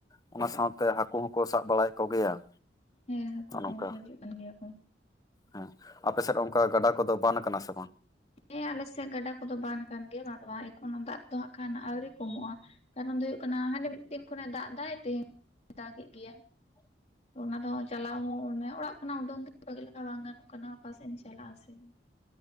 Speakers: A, on the left (about 20°); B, on the left (about 35°).
A: ᱚᱱᱟ ᱥᱟᱶᱛᱮ ᱦᱟᱹᱠᱩ ᱦᱚᱸᱠᱚ ᱥᱟᱵ ᱵᱟᱲᱟᱭᱮᱫ ᱠᱚᱜᱮᱭᱟ,
B: ᱦᱮᱸ ᱦᱟᱹᱠᱩ
A: ᱱᱚᱜᱼᱚ ᱱᱚᱝᱠᱟ
B: ᱠᱚᱦᱚᱸ ᱠᱚ ᱦᱤᱡᱩᱜ ᱠᱟᱱ ᱜᱮᱭᱟ ᱠᱚ,
A: ᱦᱮᱸ ᱟᱯᱮᱥᱮᱫ ᱚᱱᱠᱟ ᱜᱟᱰᱟ ᱠᱚᱫᱚ ᱵᱟᱱ ᱠᱟᱱᱟ ᱥᱮ ᱵᱟᱝ?
B: ᱦᱮᱸ ᱟᱞᱮ ᱥᱮᱫ ᱜᱟᱰᱟ ᱠᱚᱫᱚ ᱵᱟᱱ ᱟᱠᱟᱱ ᱜᱮᱭᱟ ᱵᱟᱝ ᱵᱟᱝ ᱮᱠᱷᱚᱱ ᱦᱚᱸ ᱫᱟᱜ ᱫᱚ ᱦᱟᱸᱜ ᱠᱷᱟᱱ ᱟᱹᱣᱨᱤ ᱠᱚᱢᱚᱜᱼᱟ᱾ ᱠᱟᱨᱚᱱ ᱫᱚ ᱦᱩᱭᱩᱜ ᱠᱟᱱᱟ ᱦᱟᱸᱱᱮ ᱢᱤᱫ ᱫᱤᱱ ᱠᱷᱚᱱᱮ ᱫᱟᱜ ᱫᱟᱭ ᱛᱮ ᱫᱟᱜᱮᱜ ᱜᱮᱭᱟᱭ-
A: <inaudible>
B: ᱛᱚ ᱚᱱᱟ ᱫᱚ ᱪᱟᱞᱟᱣ ᱦᱚᱸ ᱢᱟᱱᱮ ᱚᱲᱟᱜ ᱠᱷᱚᱱᱟᱜ ᱩᱰᱩᱝ ᱵᱷᱟᱹᱜᱤ ᱞᱮᱠᱟ ᱵᱟᱝ ᱜᱟᱱᱚᱜ ᱠᱟᱱᱟ ᱚᱠᱟ ᱥᱮᱜ ᱮᱢ ᱪᱟᱞᱟᱜᱼᱟ ᱥᱮ-